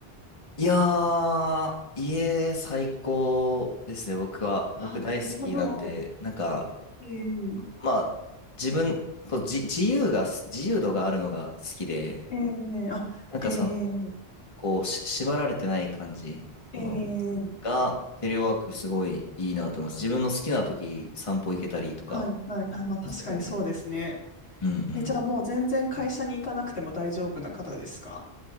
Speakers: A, on the left; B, on the left.
A: いやー、家最高ですね、僕は。
B: あ、
A: 僕大好きなんで、
B: なるほど。
A: なんか、
B: ええ
A: まあ、自分、こう、自自由が、自由度があるのが好きで、
B: ええあ、
A: なんかその、
B: ええ
A: こう、し縛られてない感じ、その、
B: ええ
A: が、テレワークすごいいいなと思います。自分の好きな時、散歩行けたりとか
B: はい、はい。あ、まあ確かにそうですね。
A: するんで。うんうん。
B: え、じゃあもう全然会社に行かなくても大丈夫な方ですか